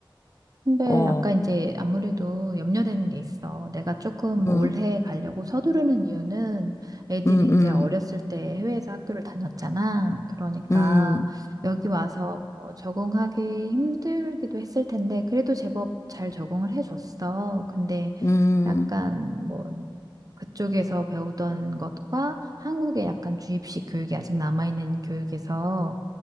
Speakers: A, on the right; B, on the left.
A: 근데
B: 어,
A: 아까 이제 아무래도 염려되는 게 있어. 내가 조금
B: 음,
A: 올해 가려고 서두르는 이유는 애들이
B: 음,
A: 이제
B: 음,
A: 어렸을 때 해외에서 학교를 다녔잖아. 그러니까
B: 음,
A: 여기 와서 뭐 적응하기 힘들기도 했을 텐데 그래도 제법 잘 적응을 해줬어. 근데
B: 음.
A: 약간 뭐 그쪽에서 배우던 것과 한국의 약간 주입식 교육이 아직 남아있는 이 교육에서